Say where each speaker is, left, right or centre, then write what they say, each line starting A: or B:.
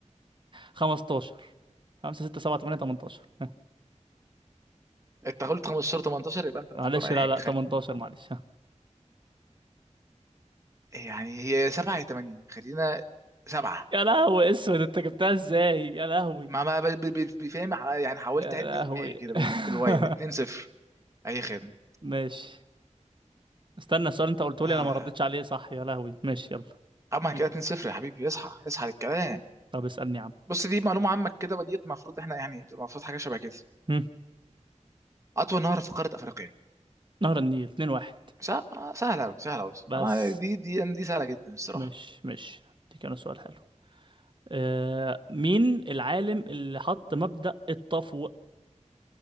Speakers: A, on the right; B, on the right.
A: خمستاشر خمسة ستة سبعة تمانية تمنتاشر ها.
B: انت قلت 15 18 يبقى انت بتختار
A: معلش
B: اي
A: لا
B: حاجه
A: لا
B: خلي
A: تمنتاشر معلش ها.
B: يعني هي 7 يا 8 خلينا 7
A: يا لهوي اسود انت جبتها ازاي يا لهوي
B: ما ما ب- ب- ب- بفهم ح- يعني حاولت
A: يا
B: اعد
A: لهوي
B: في دماغي كده بال- بالوايم
A: <laughs>
B: 2 0 اي خدمه
A: ماشي استنى السؤال انت قلته
B: آه،
A: لي انا ما ردتش عليه صح يا لهوي ماشي يلا
B: اما كده
A: م.
B: 2 0 يا حبيبي اصحى اصحى للكلام
A: طب اسألني يا عم
B: بص دي معلومه عامه كده وديت المفروض احنا يعني بتبقى المفروض حاجه شبه كده
A: م.
B: اطول نهر في قاره افريقيا
A: نهر النيل اتنين واحد
B: سهله سهله أوي، سهله أوي.
A: بس
B: انا دي دي دي سهله جدا الصراحه
A: مش مش دي كان سؤال حلو آه، مين العالم اللي حط مبدأ التفوق